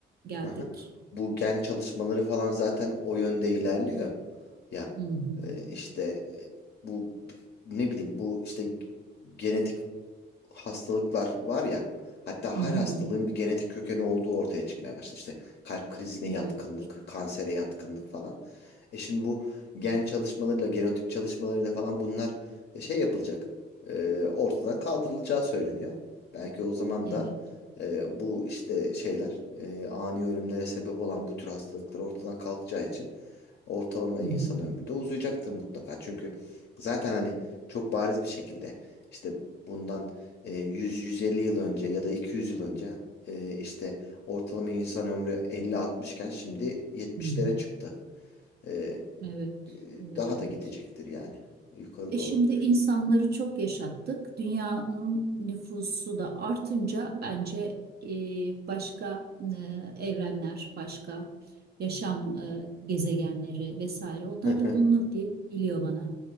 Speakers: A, on the right; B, on the left.
A: geldik.
B: hı hı. bu gen çalışmaları falan zaten o yönde ilerliyor. Ya
A: Hı hı.
B: e, işte e, bu ne bileyim bu işte genetik hastalıklar var ya hatta
A: Hı
B: her
A: hı
B: hastalığın
A: hı. hı.
B: bir genetik kökeni olduğu ortaya çıkmaya başladı. İşte kalp krizine yatkınlık,
A: Evet,
B: kansere yatkınlık falan. E şimdi bu gen çalışmalarıyla, genotip çalışmalarıyla falan bunlar e, şey yapılacak. e, ortadan kaldırılacağı söyleniyor. Belki o zaman
A: evet.
B: da e, bu işte şeyler e, ani ölümlere sebep olan bu tür hastalıklar ortadan kalkacağı için ortalama
A: Hı
B: insan
A: hı.
B: ömrü de uzayacaktır mutlaka. Çünkü zaten hani çok bariz bir şekilde işte bundan e, 100-150 yıl önce ya da 200 yıl önce e, işte ortalama insan ömrü 50-60 iken şimdi 70'lere
A: Hı hı.
B: çıktı. E, e,
A: Evet, evet,
B: daha
A: evet.
B: da gidecektir yani yukarı
A: E
B: doğru.
A: şimdi insanları çok yaşattık. Dünyanın nüfusu da artınca bence e, başka e, evrenler, başka yaşam e, gezegenleri vesaire onlar
B: <laughs>
A: da bulunur diye geliyor bana.